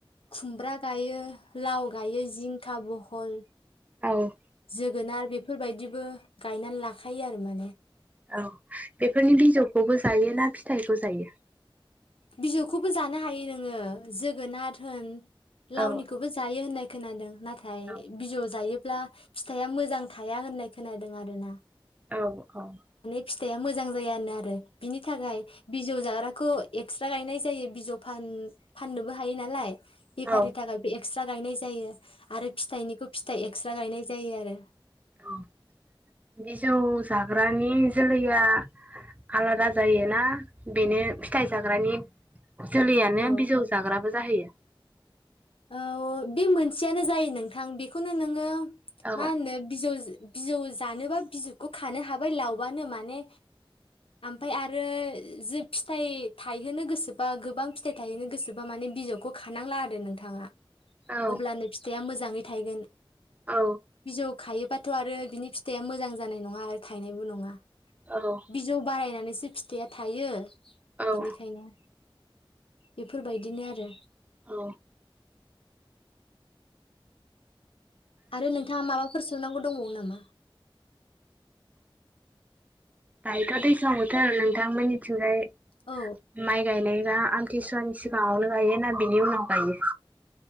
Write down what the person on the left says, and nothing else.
खुमब्रा गायो लाव गायो जिं खा, ब'हल
जोगोनार बेफोरबायदिबो गायनानै लाखायो आरो माने
बिजौखौबो जानो हायो नोङो जोगोनार होन लावनिखौबो
जायो होननाय खोनादों । नाथाय
बिजौ जायो ब्ला फिथाइआ मोजां थाया होननाय खोनादों आरोना ।
फिथाइआ मोजां जायानो आरो । बिनि थाखाय बिजौ जाग्रा खौ एक्सथ्रा गायनाय जायो बिजौ फान फाननोबो हायो नालाय बेफारि
थागा बे एक एक्सथ्रा गायनाय जायो आरो फिथाइनिखौ फिथाइ एक्सथ्रा गायनाय जायो आरो
औ
औ बे मोनसेयानो जायो नोंथां बेखौनो नोङो
मा होनो बिजौज बिजौ जानोबा बिजौखौ खानो हाबाय लावबानो माने ओमफाय आरो जे फिथाइ थायहोनो गोसोबा गोबां फिथाइ थायहोनो गोसोबा माने बिजौखौ खानांला आरो नोंथां थाङा ।
अब्लानो फिथाइआ मोजां नै थाइगोन ।
बिजौ खायोबाथ' आरो बिनि फिथाइया मोजां जानाय नङा आरो थायनायबो नङा ।
बिजौ बारायनानैसो फिथ फिथाइया थायो
बिनिखायनो बेफोरबायदिनो आरो
आरो नोंथाङा माबाफोर सोंनांगौ दंबावो नाम नामा?
औ